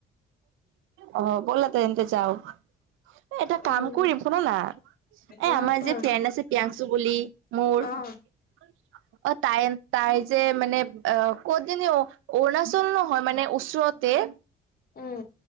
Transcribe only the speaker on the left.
উম
অ
অ
ক
অ
উম